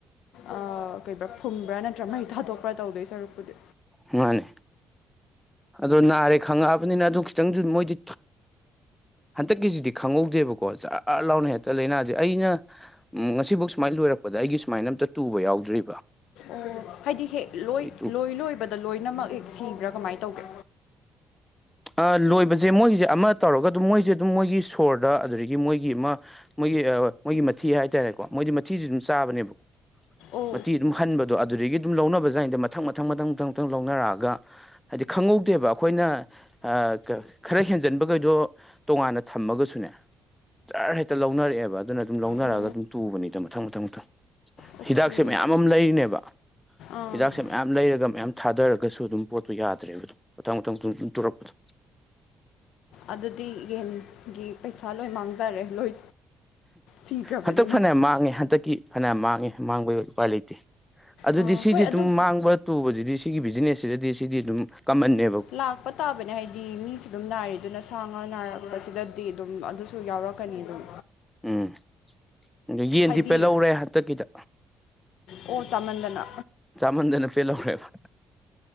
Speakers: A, on the left; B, in the centre.
A: ꯑꯃꯥ ꯀꯩꯕ ꯐꯨꯝꯕ꯭ꯔꯥ ꯅꯠꯇ꯭ꯔꯥ ꯃꯩ ꯊꯥꯗꯣꯛꯄ꯭ꯔꯥ ꯇꯧꯗꯣꯏ ꯁꯔꯨꯛꯄꯨꯗꯤ
B: ꯃꯥꯅꯦ ꯑꯗꯣ ꯅꯥꯔꯦ ꯈꯪꯉꯛꯑꯕꯅꯤꯅ ꯑꯗꯨ ꯈꯤꯇꯪꯗꯤ ꯃꯣꯏꯗꯤ ꯍꯟꯗꯛꯀꯤꯁꯤꯗꯤ ꯈꯪꯍꯧꯗꯦꯕꯀꯣ ꯆꯔ ꯂꯥꯎꯅ ꯍꯦꯛꯇ ꯂꯥꯏꯅꯥꯁꯦ ꯑꯩꯅ ꯎ ꯉꯁꯤꯐꯥꯎ ꯁꯨꯃꯥꯏꯅ ꯂꯣꯏꯔꯛꯄꯗ ꯑꯩꯒꯤ ꯁꯨꯃꯥꯏꯅ ꯑꯝꯇ ꯇꯨꯕ ꯌꯥꯎꯗ꯭ꯔꯤ
A: ꯑꯣ ꯍꯥꯏꯗꯤ ꯍꯦꯛ
B: ꯇꯨ
A: ꯂꯣꯏ ꯂꯣꯏꯕꯗ ꯂꯣꯏꯅꯃꯛ ꯍꯦꯛ ꯁꯤꯕ꯭ꯔꯥ ꯀꯃꯥꯏꯅ ꯇꯧꯒꯦ꯫
B: ꯑ ꯂꯣꯏꯕꯁꯦ ꯃꯣꯏꯒꯤꯁꯦ ꯑꯃ ꯇꯧꯔꯒ ꯑꯗꯨꯝ ꯃꯣꯏꯁꯦ ꯑꯗꯨꯝ ꯃꯣꯏꯒꯤ ꯁꯣꯔꯗ ꯑꯗꯨꯗꯒꯤ ꯃꯣꯏꯒꯤ ꯑꯃ ꯃꯣꯏꯒꯤ ꯃꯊꯤ ꯍꯥꯏꯇꯥꯔꯦꯀꯣ ꯃꯣꯏꯗꯤ ꯃꯊꯤꯖꯨ ꯑꯗꯨꯝ ꯆꯥꯕꯅꯦꯕꯀꯣ
A: ꯑꯣ
B: ꯃꯊꯤ ꯑꯗꯨꯝ ꯍꯟꯕꯗꯣ ꯑꯗꯨꯗꯒꯤ ꯑꯗꯨꯝ ꯂꯧꯅꯕꯖꯥꯟꯅꯤꯗ ꯃꯊꯪ ꯃꯊꯪ ꯃꯊꯪ ꯃꯊꯪ ꯂꯧꯅꯔꯛꯑꯒ ꯍꯥꯏꯗꯤ ꯈꯪꯍꯧꯗꯦꯕ ꯑꯩꯈꯣꯏꯅ ꯑ ꯈꯔ ꯍꯦꯟꯖꯟꯕꯒꯩꯗꯣ ꯇꯣꯉꯥꯟꯅ ꯊꯝꯃꯒꯁꯨꯅꯦ ꯆꯔ ꯍꯦꯛꯇ ꯂꯧꯅꯔꯛꯑꯦꯕ ꯑꯗꯨꯅ ꯑꯗꯨꯝ ꯂꯧꯅꯔꯒ
A: ꯑꯣ
B: ꯑꯗꯨꯝ ꯇꯨꯕꯅꯤꯗ ꯃꯊꯪ ꯃꯊꯪ ꯃꯊꯪ
A: ꯑꯣꯀꯦ
B: ꯍꯤꯗꯥꯛꯁꯦ ꯃꯌꯥꯝ ꯑꯃ ꯂꯩꯔꯤꯅꯦꯕ
A: ꯑꯥ
B: ꯍꯤꯗꯥꯛꯁꯦ ꯃꯌꯥꯝ ꯂꯩꯔꯒ ꯃꯌꯥꯝ ꯊꯥꯗꯔꯒꯁꯨ ꯑꯗꯨꯝ ꯄꯣꯠꯇꯨ ꯌꯥꯗ꯭ꯔꯦꯕ ꯑꯗꯨ ꯃꯊꯪ ꯃꯊꯪ ꯃꯊꯪ ꯇꯨꯔꯛꯄꯗꯣ
A: ꯑꯗꯨꯗꯤ ꯌꯦꯟꯒꯤ ꯄꯩꯁꯥ ꯂꯣꯏ ꯃꯥꯡꯖꯔꯦ ꯂꯣꯏ ꯁꯤꯈ꯭ꯔꯕꯅꯤꯅ
B: ꯍꯟꯗꯛ ꯐꯅꯌꯥꯝ ꯃꯥꯡꯉꯦ ꯍꯟꯗꯛꯀꯤ ꯐꯅꯌꯥꯝ ꯃꯥꯡꯉꯦ ꯃꯥꯡꯕꯗꯣ ꯎꯄꯥꯏ ꯂꯩꯇꯦ꯫ ꯑꯗꯨꯗꯤ
A: ꯑꯥ,
B: ꯁꯤꯗꯤ
A: ꯍꯣꯏ
B: ꯑꯗꯨꯝ
A: ꯑꯗꯨ
B: ꯃꯥꯡꯕ ꯇꯨꯕꯗꯨꯗꯤ ꯁꯤꯒꯤ ꯕꯤꯖꯤꯅꯦꯁꯁꯤꯗꯗꯤ ꯁꯤꯗꯤ ꯑꯗꯨꯝ ꯀꯝꯃꯟꯅꯦ
A: ꯂꯥꯛꯄ ꯇꯥꯕꯅꯦ ꯍꯥꯏꯗꯤ ꯃꯤꯁꯨ ꯑꯗꯨꯝ ꯅꯥꯔꯦ ꯑꯗꯨꯅ ꯁꯥꯥꯡ ꯉꯥ ꯅꯥꯏꯔꯛꯄꯁꯤꯗꯗꯤ ꯑꯗꯨꯝ ꯑꯗꯨꯁꯨ ꯌꯥꯎꯔꯛꯀꯅꯤ ꯑꯗꯨꯝ
B: ꯎꯝ ꯑꯗꯨ ꯌꯦꯟꯗꯤ
A: ꯍꯥꯏꯗꯤ
B: ꯄꯦꯜꯍꯧꯔꯦ ꯍꯟꯇꯛꯀꯤꯗ
A: ꯑꯣ ꯆꯥꯃꯟꯗꯅ
B: ꯆꯥꯃꯟꯗꯅ ꯄꯦꯜꯍꯧꯔꯦꯕ